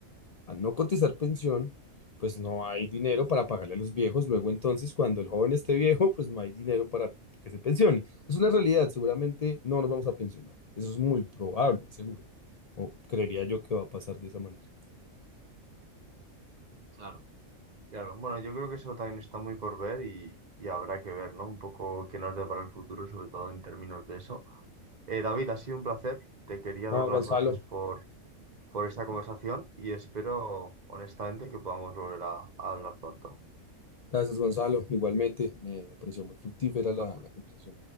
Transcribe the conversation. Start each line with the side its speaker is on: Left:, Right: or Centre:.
Left: Al no cotizar pensión, pues no hay dinero para pagarle a los viejos. Luego entonces, cuando el joven esté viejo, pues no hay dinero para que se pensione. Es una realidad, seguramente no nos vamos a pensionar. Eso es muy probable, seguro. O creería yo que va a pasar de esa manera.
Right: claro. Claro, bueno, yo creo que eso también está muy por ver y, y habrá que ver, ¿no? Un poco qué nos depara el futuro, sobre todo en términos de eso. Eh, David, ha sido un placer. Te quería
Left: No,
Right: dar las
Left: Gonzalo.
Right: gracias por, por esta conversación y espero, honestamente, que podamos volver a a hablar pronto.
Left: Gracias, Gonzalo. Igualmente, me, me pareció muy fructífera
Right: Un
Left: la
Right: placer.
Left: la conversación.